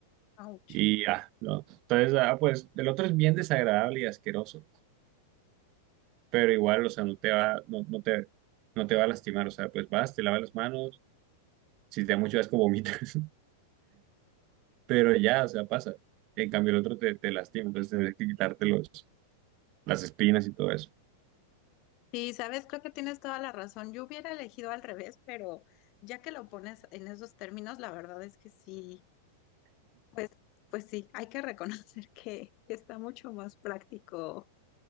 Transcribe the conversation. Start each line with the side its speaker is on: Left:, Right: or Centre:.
Left: Ouch.
Right: Y ah, no. Entonces, ah, pues el otro es bien desagradable y asqueroso, pero igual, o sea, no te va, no, no te, no te va a lastimar, o sea, pues vas, te lavas las manos, si te da mucho asco vomitas, <laughs> pero ya, o sea, pasa. En cambio, el otro te, te lastima, entonces tienes que quitarte los, las espinas y todo eso.
Left: Sí, sabes, creo que tienes toda la razón. Yo hubiera elegido al revés, pero ya que lo pones en esos términos, la verdad es que sí, pues, pues sí, hay que <laughs> reconocer que está mucho más práctico